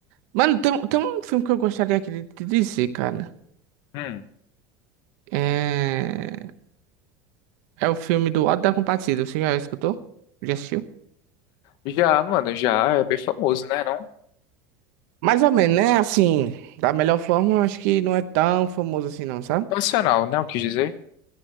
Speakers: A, on the right; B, on the left.
A: Mano, tem, um- tem um filme que eu gostaria aqui de te dizer, cara.
B: Hum,
A: É. É o filme do Auto da Compadecida. Você já escutou? Já assistiu?
B: já, mano, já é bem famoso, né, não?
A: Mais ou menos, né? Assim, da melhor forma, eu acho que não é tão famoso assim, não, sabe?
B: Nacional, né, eu quis dizer?